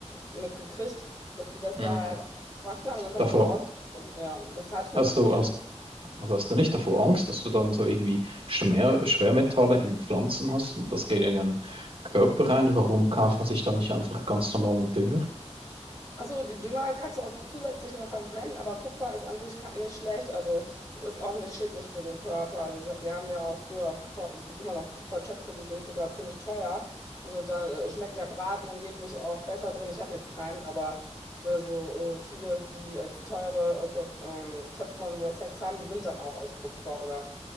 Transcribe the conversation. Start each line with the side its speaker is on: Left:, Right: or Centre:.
Left: ähm, mitgekriegt, dass die das
Right: Mhm.
Left: da halt gemacht haben und das haben
Right: Davor
Left: wir mal ausprobiert. Ja, das hat funktioniert.
Right: hast du, hast Also hast du nicht davor Angst, dass du dann so irgendwie Schwer Schwermetalle in den Pflanzen hast und das geht in den Körper rein? Warum kauft man sich da nicht einfach ganz normalen Dünger?
Left: Achso, die Dünger kannst du auch zusätzlich noch verwenden, aber Kupfer ist an sich ka- nicht schlecht. Also, das ist auch nicht schädlich für den Körper. Also, die haben ja auch früher Kupfer, es gibt immer noch Kupfertöpfe, die sind sogar ziemlich teuer. Also, da äh, schmeckt der Braten angeblich auch besser drin. Ich habe jetzt keinen, aber äh, so äh, viele, die als teure äh, äh, ähm, Töpfe und so Sets haben, die sind dann auch aus Kupfer. Oder